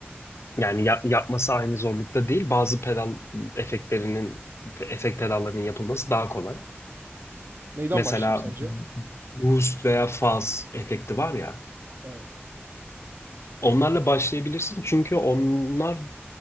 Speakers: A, on the left; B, on the right.
A: Yani ya- yapması aynı zorlukta değil. Bazı pedal efektlerinin efekt pedallarının yapılması daha kolay.
B: Neyden
A: Mesela
B: başlayayım sence?
A: boost veya fuzz efekti var ya.
B: Evet.
A: Onlarla başlayabilirsin çünkü onlar